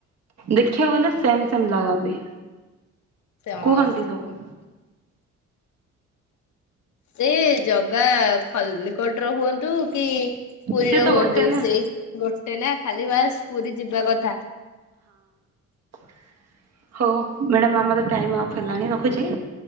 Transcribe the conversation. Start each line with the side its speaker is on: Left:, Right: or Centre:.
Right: ଦେଖିବାକୁ ଗଲେ ସେମ୍ ସେମ ଲାଗନ୍ତି।
Left: ହଁ
Right: କୁହନ୍ତି ସବୁ।
Left: ସେ ଜଗା ଖଲ୍ଲିକୋଟ ହୁଅନ୍ତୁ କି ପୁରୀର
Right: ସିଏ ତ
Left: ହୁଅନ୍ତୁ
Right: ଗୋଟେ ନା
Left: ସେଇ ଗୋଟେ ନା ଖାଲି ବାସ୍ ପୁରୀ ଯିବା କଥା
Right: <unintelligible> ହଉ ମ୍ୟାଡ଼ାମ ଆମର ଟାଇମ ଅଫ୍ ହେଲାଣି ରଖୁଛି।